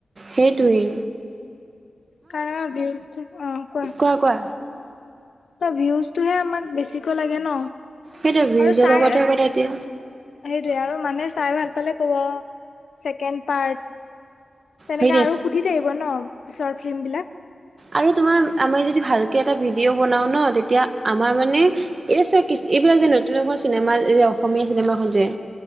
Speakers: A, on the right; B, on the left.
A: সেইটোৱেই
B: কাৰ অ ভিওজটো অ কোৱা
A: অ কোৱা
B: ত ভিউজটোহে আমাক বেছিকৈ লাগে ন
A: সেইটোয়ে ভিউজৰ
B: আৰু চাই
A: লগতহে কথা এতিয়া
B: সেইটোৱে আৰু মানে চাই ভাল পালে কব চেকেণ্ড পাৰ্ট তেনেকে
A: সেইটোৱে
B: আৰু সুধি থাকিব ন পিছৰ ফিল্ম বিলাক
A: আৰু তোমাৰ আমি যদি ভালকে এটা ভিডিঅ' বনাওঁ ন তেতিয়া আমাৰ মানে এইয়া চা এইবিলাক যে নতুন এখন চিনেমা যে অসমীয়া চিনেমাখন যে